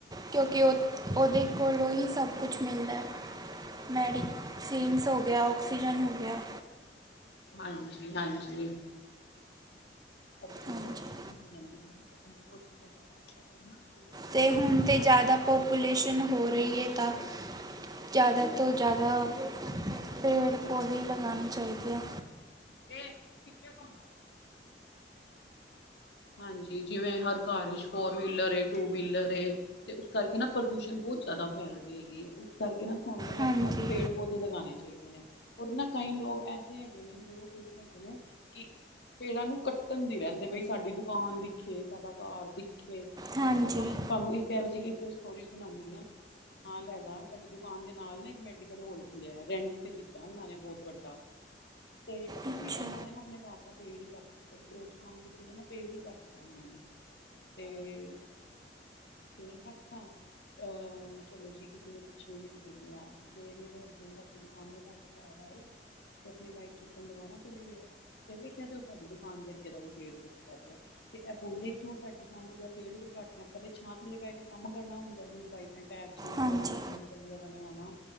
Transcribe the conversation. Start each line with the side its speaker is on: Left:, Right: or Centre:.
Right: ਕਿਉਂਕਿ ਉਹ, ਉਹਦੇ ਕੋਲੋਂ ਹੀ ਸਭ ਕੁਛ ਮਿਲਦਾ। ਮੈਡੀ, ਸੀਨਸ ਹੋ ਗਿਆ‌ ਔਕਸੀਜਨ ਹੋ ਗਿਆ।
Left: ਹਾਂਜੀ-ਹਾਂਜੀ। ਆਕਸੀਜਨ
Right: ਹਾਂਜੀ
Left: ਦੀ ਕਮੀ ਹੋ ਜਾਂਦੀ ਆਪਾਂ ਪੇੜ ਪੌਦੇ ਵਗੈਰਾ ਕੱਢ ਲੈਂਦੇ ਨਾ ਜਿਵੇਂ ਅੱਜ
Right: ਤੇ
Left: ਕੱਲ੍ਹ
Right: ਹੁਣ
Left: ਪ੍ਰਦੂਸ਼ਣ
Right: ਤਾਂ ਜ਼ਿਆਦਾ ਪਾਪੂਲੇਸ਼ਨ ਹੋ ਰਹੀ ਹੈ ਤਾਂ। ਜ਼ਿਆਦਾ
Left: ਹਾਂਜੀ,
Right: ਤੋਂ ਜ਼ਿਆਦਾ, ਪੇੜ ਪੌਦੇੇ ਹੀ ਲਗਾਉਣੇ ਚਾਹੀਦੇ ਆ।
Left: ਇਹ ਕਿਤੇ ਕੰਮ ਹਾਂਜੀ, ਜਿਵੇਂ ਹਰ ਘਰ ਵਿਚ ਫੋਰ ਵੀਲਰ ਏ, ਟੂ ਵੀਲਰ ਏ। ਤੇ ਉਸ ਕਰਕੇ ਨਾ ਪ੍ਰਦੂਸ਼ਣ ਬਹੁਤ ਜ਼ਿਆਦਾ ਫੈਲ ਰਹੀ ਹੈਗੀ ਉਸ ਕਰਕੇ ਨਾ ਸਾਨੂੰ ਵੱਧ
Right: ਹਾਂਜੀ
Left: ਤੋਂ ਵੱਧ ਪੇੜ ਪੌਦੇ ਲਗਾਣੇ ਚਾ ਚਾਹੀਦੇ ਨੇ ਔਰ ਨਾ ਕਈ ਲੋਕ ਐਸੇ ਹੈਗੇ ਨੇ ਬੇਵਕੂਫ ਹੈਗੇ ਨੇ ਕਿ ਪੇੜਾਂ ਨੂੰ ਕੱਟਣ ਦੀ ਰਹਿੰਦੀ। ਤੇ ਬਈ ਸਾਡੀ ਦੁਕਾਨ ਦਿਖੇ, ਸਾਡਾ ਘਰ ਦਿਖੇ,
Right: ਹਾਂਜੀ
Left: ਹੈਂ ਤੁਹਾਨੂੰ ਇੱਕ ਕੇ ਵੱਜ ਗਏ ਫਿਰ ਸਟੋਰੀ ਸੁਣਾਉਂਣੀ ਆ। ਨਾਲ ਹੈਗਾ ਸਾਡੀ ਦੁਕਾਨ ਦੇ ਨਾਲ ਨਾ ਇੱਕ ਮੈਡੀਕਲ ਹੋਲ ਖੁੱਲਿਆ ਰੈਂਟ ਤੇ ਲਿੱਤਾ ਉਹਨਾਂ ਨੇ ਬਹੁਤ ਵੱਡਾ। ਤੇ ਪਤਾ
Right: ਅੱਛਾ
Left: ਕੀ ਉਹਨਾਂ ਨੇ ਨਾ ਆਪਣੇ ਘਰ ਦਾ ਪੇੜ ਹੀ ਕੱਟ ਦਿੱਤਾ। ਹਾਂਜੀ ਬੀ ਦਾ ਨਾ ਪੇੜ ਹੀ ਕੱਟਤਾ ਉਹਨਾਂ ਨੇ, ਤੇ ਫੇਰ ਕੱਟਤਾ। ਅ ਚਲੋ ਜੀ ਕਿਸੇ ਨੇ ਕੁਛ ਵੀ ਨਹੀਂ ਬੋਲਿਆ, ਤੇ ਇਹ ਮੇਰੇ ਹਸਬੈਂਡ ਆਪਣੀ ਦੁਕਾਨ ਮ ਘਰ ਆਏ, ਤੇ ਆਪਣੀ ਚੁੱਕਣ ਦੁਬਾਰਾ ਚਲੇ ਗਏ ਤੇ ਵੇਖਿਆ ਤੇ ਉਹ ਸਾਡੀ ਦੁਕਾਨ ਦੇ ਅੱਗੇ ਦਾ ਵੀ ਪੇੜ ਕੱਟਦਾ ਪਿਆ, ਤੇ ਐ ਬੋਲੇ ਇੱਕ ਤੂੰ ਸਾਡੀ ਵੀ ਖੰਦਗਾ ਪੇੜ ਕਿਉਂ ਕੱਟ ਰਿਹਾ ਆਪਾਂ ਤਾਂ ਛਾਂ ਥੱਲੇ ਬਹਿ ਕੇ ਕੰਮ ਕਰਨਾ ਹੁੰਦਾ ਜਿਵੇਂ ਬਾਈਕਾਂ, ਟਾਇਰ ਚੇਂਜ
Right: ਹਾਂਜੀ
Left: ਕਰਨਾ ਪੈਨਚਰ ਵਗੈਰਾ ਲਗਾਣਾ,